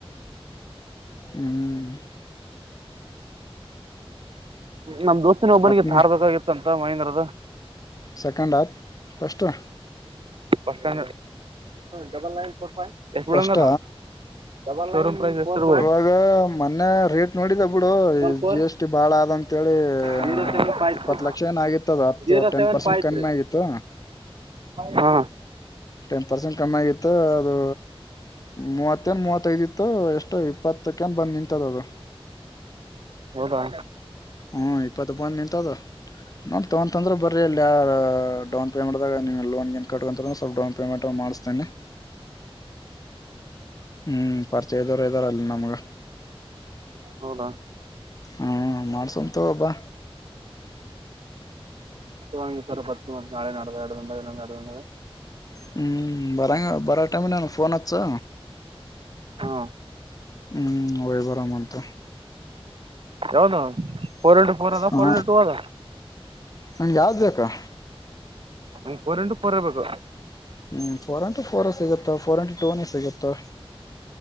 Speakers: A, on the left; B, on the right.
A: ಹ್ಮ್
B: ನಮ್ ದೋಸ್ತಿನ ಒಬ್ಬನಿಗೆ
A: ಮತ್
B: ತಾರ್ಬೇಕಾಗಿತ್ತ ಅಂತ ಮಹೇಂದ್ರದ
A: ಸೆಕೆಂಡಂಡ ಹಫ ಎಷ್ಟು
B: ಬಫ ಸ್ಟ್ಯಾ ಡಬಲ್ ನೈನ್ ಫೋ ಫ್ ಎಷ್ಟ
A: ಫಸ್ಟ
B: ಡ ಎಷ್ಟಿರಬಹುದು
A: ಇವಾಗ ಮೊನ್ನೆ ರೇಟ್ ನೋಡಿದ ಬಿಡು ಈ
B: ಫೋರ್
A: ಜಿ ಎಸ್ ಟಿ ಬಾಳ ಅಂತೇಳಿ ಹ
B: ಜೀರೋ ಸೆವೆನ್ ಫೈವ್
A: ಇಪ್ಪತ್
B: ತ್ರೀ
A: ಲಕ್ಷ ಏನ ಆಗಿತ್ತದು ಹತ್ತು
B: zero
A: ten
B: seven
A: percent
B: five
A: ಕಮ್ಮಿ
B: three
A: ಆಗಿತ್ತು
B: ಹಾ
A: ಟೆನ್ ಪರ್ಸೆಂಟ್ ಕಮ್ಮಿ ಆಗಿತ್ತು ಅದು ಮೂವತ್ತನ್ ಮೂವತ್ತೈದ ಇತ್ತು ಎಷ್ಟು ಇಪ್ಪತ್ತಕ್ಕನ್ ಬಂದ್ ನಿಂತದದು
B: ಹೌದಾ
A: ಹ್ಮ ಇಪ್ಪತ್ಪ್ಪಂದ ನಿಂತದ ನೋಡ್ ತಗೊಂತಂದ್ರ ಬರರಿ ಅಲ್ಲಿ ಯ ಡೌನ್ ಪೇಮೆಂಟ್ಾಗ ಲೋನ್ ಏನ್ ಕಕಂತ ಸ್ಲ್ಪ ಡೌನ್ ಪೇಮೆಂಟ್ ಮಾಡಿಸ್ತೇಾನೆ ಹ್ಮ್ ಪರ್ಚ ಇದವರ ಅದ್ರ್ ನಮ್ಗೆ
B: ಹೌದಾ
A: ಹ್ಮ್ ಮಾಡಸುಂತಗು ಬಾ
B: ಹಂಗೆ ಸರ್ ಬರ್ತೀವಿ ಮತ್ತೆ ನಾಳೆ ನಾಡ್ದ ಎರಡು ದಿನದಾಗ ಇನ್ನೊಂದು ಎರಡು ದಿನದಾಗ
A: ಹ್ಞೂ ಬರೋಂಗ ಬರೋ ಟೈಮ ನನಗ ಫೋನ್ ಹಚ್ಚು
B: ಹಾಂ
A: ಹ್ಮ್ ವೈ ಬರ ಮತ
B: ಯಾವುದು ಫೋರ್ ಇಂಟು ಫೋರ್ ಅದ
A: ಹಾ
B: ಫೋರ್ ಇಂಟು ಟೂ ಅದ
A: ನಂಗೆ ಯಾವ್ದ ಬೇಕಾ
B: ನಂಗೆ ಫೋರ್ ಇಂಟು ಫೋರ್ ಇರಬೇಕು
A: ಹ್ಮ್ ಫೋರ್ ಇಂಟು ಫೋರ್ ಸಿಗುತ್ತ ಫೋರ್ ಇಂಟು ಟೂನ ಸಿಗುತ್ತ